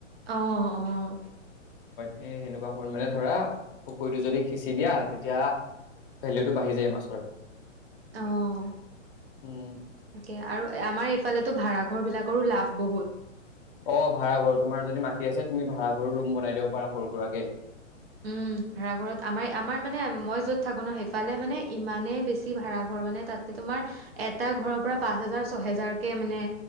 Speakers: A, on the right; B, on the left.
A: অহ অহ
B: এ সেনেকুৱা হ'ল মানে ধৰা পুখুৰীটো যদি সিঁচি দিয়া। তেতিয়া ভেলুটো বাঢ়ি যায় মাছৰ।
A: অঁ
B: উম
A: তাকে আৰু আমাৰ পালেতো ভড়াৰ বিলাকো লাভ বহুত।
B: অ ভাড়াঘৰ তোমাৰ যদি মা ঠিক আছে তুমি ভাড়া ঘৰুৰ ৰুম বনাই দিব পাৰা সৰু সুৰাকে
A: উম ভ়াঘৰত আমাৰ আমাৰ মানে মই যত থাকো ন সেইফালে। মানে ইমানেইে বেছি ভাড়া ঘৰ মানে তাতে তোমাৰ এটা ঘৰৰ পৰা পাঁচ হেজাৰ ছহেজাৰ কেে মানে